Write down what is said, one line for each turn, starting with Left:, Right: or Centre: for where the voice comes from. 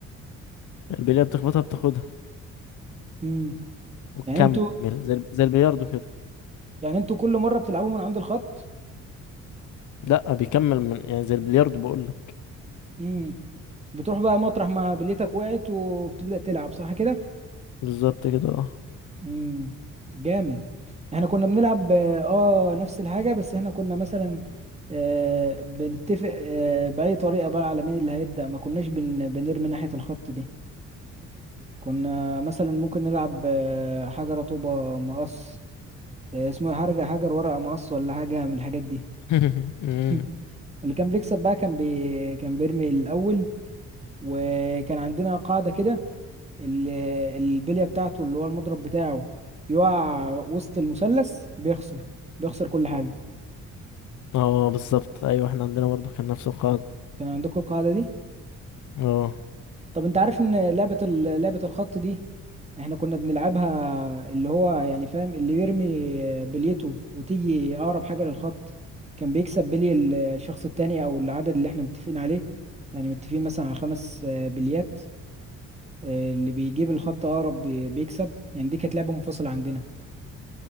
Left: البليه اللي بتخبطها بتاخدها
Right: امم
Left: وتكمل
Right: يعني انتوا
Left: زي زي البلياردو كده
Right: يعني انتوا كل مرة بتلعبوا من عند الخط
Left: لا بيكمل من يعني زي البلياردو بقول لك
Right: امم بتروح بقى مطرح ما بليتك وقعت وبتبدأ تلعب صح كده
Left: بالظبط كده اه
Right: امم جامد احنا كنا بنلعب اه آه، نفس الحاجة بس احنا كنا مثلا آه بنتفق آه بأي طريقة بقى على مين اللي هيبدأ ما كناش بن بنرمي ناحية الخط دي كنا مثلا ممكن نلعب آه، حجر طوبة مقص آه، اسمه إيه؟ حاجة حجر ورقة مقص ولا حاجة من الحاجات دي
Left: <laughs> مم.
Right: <laughs> اللي كان بيكسب بقى كان بي... كان بيرمي الأول وكان عندنا قاعدة كده ال- البلية بتاعته اللي هو المضرب بتاعه يقع وسط المثلث بيخسر بيخسر كل حاجة
Left: اه بالظبط ايوه احنا عندنا برضو كان نفس القاعدة
Right: كان عندكم القاعدة دي
Left: اه
Right: طب انت عارف ان لعبة ال... لعبة الخط دي احنا كنا بنلعبها اللي هو يعني فاهم اللي يرمي بليته وتيجي اقرب حاجة للخط كان بيكسب بلي ال- الشخص التاني او العدد اللي احنا متفقين عليه يعني متفقين مثلا على خمس آه، بليات آه، اللي بيجيب الخط اقرب بي- بيكسب يعني دي كانت لعبة منفصلة عندنا